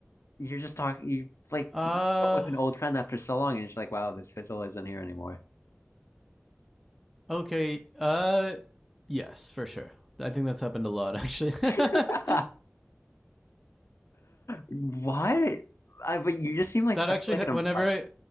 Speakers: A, on the left; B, in the centre.
A: you're just talking you like
B: Uh
A: you meet up with an old friend after so long and you're just like wow this fizzle isn't here anymore
B: okay. Uh yes, for sure. I think that's happened a lot actually. <laughs> that
A: <laughs> what I but you just seem like
B: actually
A: such like
B: ha-
A: an impression
B: whenever I,